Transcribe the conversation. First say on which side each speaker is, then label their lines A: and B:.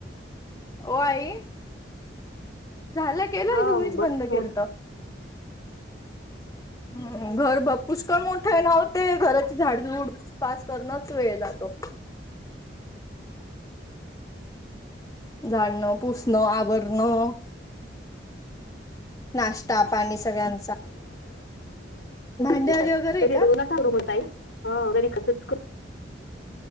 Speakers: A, on the left (about 20°); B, on the left (about 75°).
A: ओ आई झालं केलंय
B: हा
A: तुम्हीच
B: बरच
A: बंद केलंत. हम्म, घर पुष्कळ मोठं आहे ना ओ ते घराची झाडझूड पाच करणच वेळ जातो.
B: <inaudible>
A: झाडणं, पुसणं, आवरणं नाश्ता, पाणी सगळ्यां
B: <unintelligible>
A: भांड्यावाली वगैरे आहे का
B: ताई अ <unintelligible>